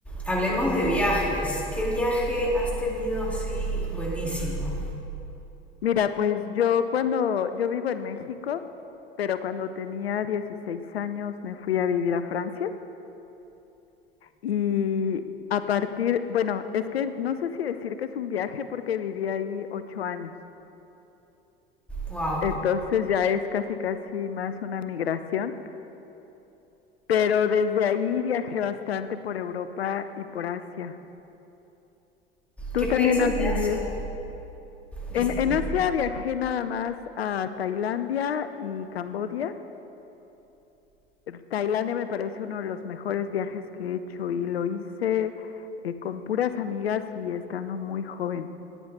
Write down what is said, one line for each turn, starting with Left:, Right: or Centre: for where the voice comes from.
Centre: Hablemos de viajes. ¿Qué viaje has tenido así buenísimo?
Left: Mira, pues yo cuando, yo vivo en México, pero cuando tenía 16 años me fui a vivir a Francia y a partir, bueno, es que no sé si decir que es un viaje porque viví ahí ocho años,
Centre: Wow.
Left: entonces ya es casi casi más una migración, pero desde ahí viajé bastante por Europa y por Asia. ¿Tú
Centre: ¿Qué países
Left: también has
Centre: de
Left: vivido?
Centre: Asia visitaste?
Left: En, en Asia viajé nada más a Tailandia y Camboya Tailandia me parece uno de los mejores viajes que he hecho y lo hice eh, con puras amigas y estando muy joven.